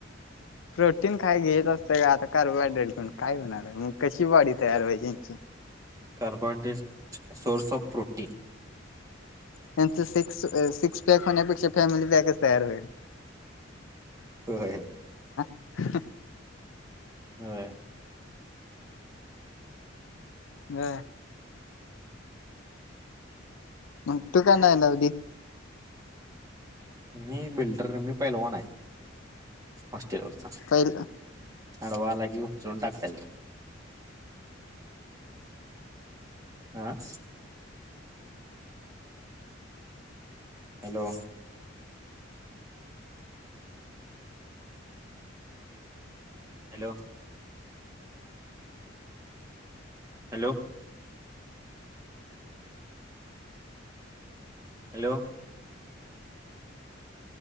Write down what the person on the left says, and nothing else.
प्रोटीन काय घेत असतं का आता कार्बोहायड्रेट घेऊन काय होणार म कशी बॉडी तयार व्हायची यांची.
त्यांच सिक्स सिक्स पॅक होण्यापेक्षा फॅमिली पॅकच तयार होल.
ह.
ब. मग तू का नाही ना लावली?
पहि